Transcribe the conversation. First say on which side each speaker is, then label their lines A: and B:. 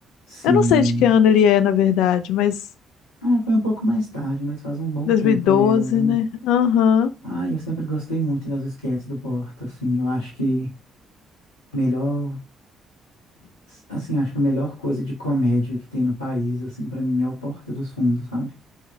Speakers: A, on the left; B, on the left.
A: Sim.
B: Eu não sei de que ano ele é, na verdade, mas
A: Ah, foi um pouco mais tarde, mas faz um bom
B: 2012,
A: tempo mesmo.
B: né? Aham.
A: Ah, eu sempre gostei muito das esquetes do Porta, assim, eu acho que melhor, assim, acho que a melhor coisa de comédia que tem no país, assim, pra mim é o Porta dos Fundos, sabe?